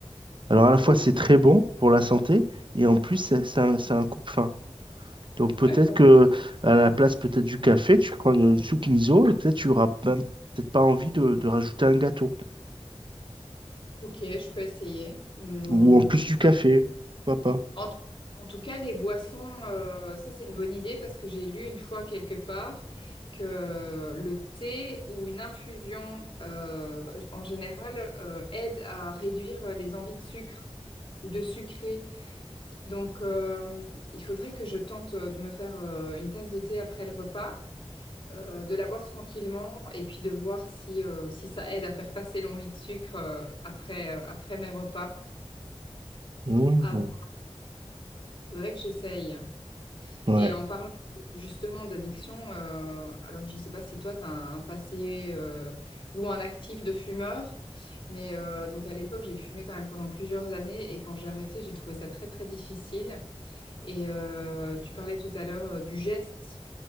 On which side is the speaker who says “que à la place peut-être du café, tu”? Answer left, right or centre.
Right